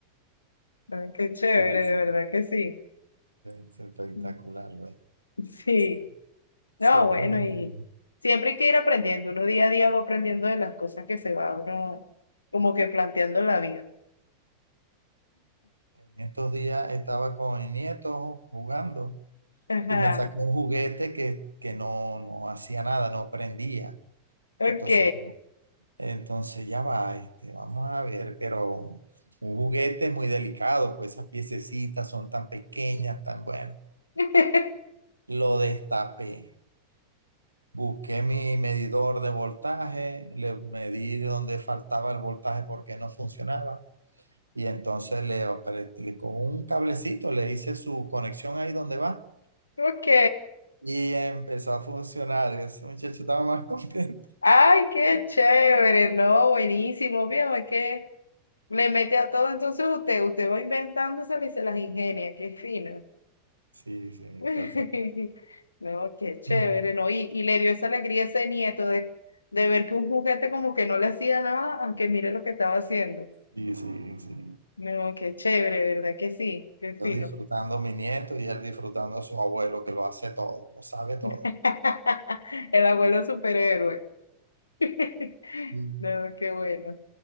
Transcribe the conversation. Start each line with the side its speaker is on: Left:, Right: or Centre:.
Left: Ay, Qué chévere,
Right: Sí, sí,
Left: de verdad que sí.
Right: Es espectacular,
Left: <laughs>
Right: güey.
Left: Sí,
Right: Sí, Siempre
Left: no, bueno,
Right: lo mismo.
Left: y siempre hay que ir aprendiendo, uno día a día va aprendiendo de las cosas que se va uno como que planteando en la vida.
Right: En estos días estaba con mi nieto jugando
Left: Ajá.
Right: y me sacó un juguete que, que no, no hacía nada, no prendía.
Left: Ok,
Right: Entonces, Entonces ya va, este, vamos a ver, pero un juguete es muy delicado, pues esas piececitas son tan pequeñas, tan bueno.
Left: <laughs>
Right: Lo destapé, busqué mi medidor de voltaje, le medí donde faltaba el voltaje porque no funcionaba y entonces le, apre- le- con un cablecito le hice su conexión ahí donde va
Left: ok.
Right: y empezó a funcionar. Ese muchacho estaba más <laughs> contento.
Left: Ay, qué chévere, no, buenísimo. Fíjame que le mete a todo, entonces usted, usted va inventándosela y se las ingenia, qué fino.
Right: Sí, sí,
Left: <laughs>
Right: perfecto.
Left: No, qué chévere,
Right: <clears throat>
Left: no. Y, y le dio esa alegría a ese nieto de, de ver que un juguete como que no le hacía nada, aunque mire lo que estaba haciendo.
Right: Sí, sí, sí.
Left: No, qué chévere, ¿verdad que sí? Qué fino.
Right: Yo disfrutando a mi nieto y él disfrutando a su abuelo que lo hace todo, lo sabe todo.
Left: <laughs> El abuelo superhéroe. <laughs>
Right: Mm.
Left: No, qué bueno.